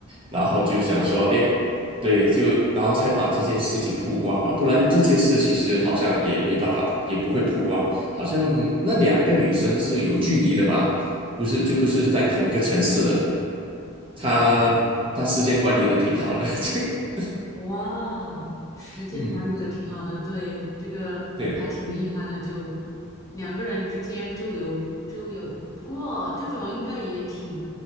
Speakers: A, on the right; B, on the left.
A: 然后就想说，
B: 哇。
A: 诶，对，就然后才把这件事情曝光嘛，不然这件事其实好像也没办法，也不会曝光，好像那两个女生是有距离的吧，不是就不是在同一个城市的。他他时间管理的挺好的，<laughs>
B: 哇，时间管理的挺好的，
A: 嗯，
B: 对，这个还挺厉害的，
A: 对，
B: 就两个人之间周游周游，不过这种应该也挺